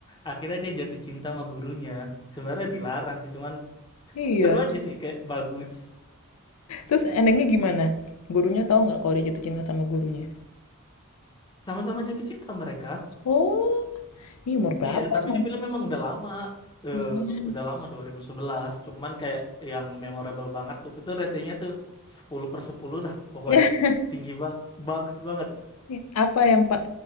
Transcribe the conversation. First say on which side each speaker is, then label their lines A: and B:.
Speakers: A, on the left; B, on the left.
A: akhirnya dia jatuh cinta sama gurunya. Sebenarnya dilarang sih, cuman
B: iya.
A: seru aja sih kayak bagus.
B: Terus endingnya gimana? Gurunya tahu nggak kalau dia jatuh cinta sama gurunya?
A: Sama-sama jatuh cinta mereka,
B: Oh, ini umur berapa
A: Iya, tapi
B: emang?
A: ini film memang udah lama. Eh,
B: Mm-mm.
A: udah lama 2011. Cuman kayak yang memorable banget tuh. Itu ratingnya tuh 10 per 10 lah pokoknya.
B: <laughs>
A: Tinggi banget. Bagus banget.
B: Nih, Apa yang pak